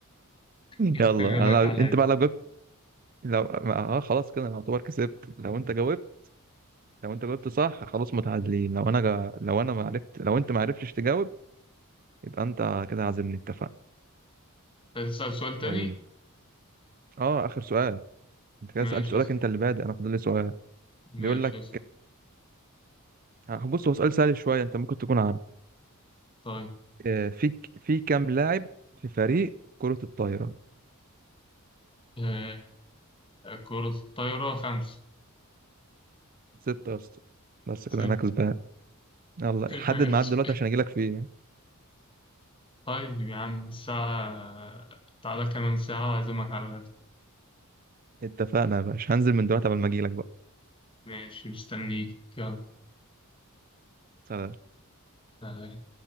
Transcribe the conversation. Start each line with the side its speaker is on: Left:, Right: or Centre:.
Left: <laughs>
Right: يلا
Left: غداك
Right: انا
Left: عليا
Right: لو... انت بقى لو جبت لو اه خلاص كده انا اعتبر كسبت لو انت جاوبت لو انت جاوبت صح خلاص متعادلين لو انا جا... لو انا ما عرفت لو انت ما عرفتش تجاوب يبقى انت كده عازمني اتفقنا
Left: هتسأل سؤال تاني
Right: طيب اه اخر سؤال انت كده
Left: ماشي
Right: سألت سؤالك
Left: اسأل
Right: انت اللي بادئ انا فاضل لي سؤال
Left: ماشي
Right: بيقول لك
Left: اسأل
Right: آه، بص هو سؤال سهل شويه انت ممكن تكون عارف
Left: طيب
Right: آه، في في كام لاعب في فريق كرة الطايرة
Left: آه كرة الطايرة خمسة
Right: ستة يا اسطى بس
Left: ست
Right: كده انا كسبان يلا حدد
Left: <laughs> ماشي
Right: ميعاد دلوقتي عشان اجي لك فيه
Left: طيب يا عم الساعة تعالى كمان ساعة وأعزمك على الغدا
Right: اتفقنا يا باشا هنزل من دلوقتي قبل ما اجي لك
Left: ماشي مستنيك يلا
Right: صح.
Left: سلام.